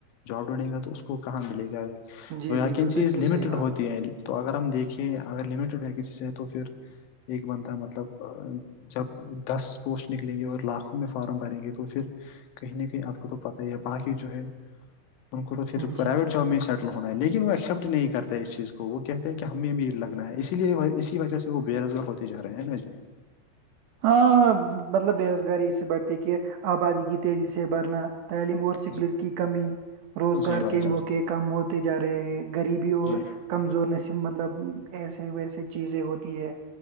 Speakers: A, on the left; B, on the right.
A: جاب ڈھونڈیں گا تو اس کو کہاں ملے گا
B: جی
A: ویکنسیز
B: بالکل بالکل
A: لمیٹیڈ
B: صحیح بات
A: ہوتی ہے تو اگر ہم دیکھیں اگر لمیٹڈکسی سے ہے تو پھر ایک بنتا مطلب جب دس پوسٹ نکلیں گے اور لاکھوں میں فارم بھریں گے تو پھر کہیں نہ کہیں آپ کو تو پتا ہی ہے باقی جو ہے ان کو تو پھر پرائیویٹ
B: جی
A: جاب میں ہی س ہونا ہے لیکن وہ ایکسپٹ نہیں کرتا اس چیز کو وہ کہتے ہیں کہ ہمیں بھی لگنا ہے اسی لیے اسی وجہ سے وہ بے روزگار ہوتے تے ج رہے ہیں نا جی <inaudible>
B: ہاں مطلب بے روزگاری اس سے بڑھتی کہ آبادی کی تیزی سے بڑھنا تعلیم اور شکلس
A: جی
B: کی کمی روزگار
A: جی بھائی
B: کے
A: جان
B: موقع کم ہوتے جا رہے ہیں غریبی اور
A: جی
B: کمزورنے سے مطلب ایسے ویسے چیزیں ہوتی ہے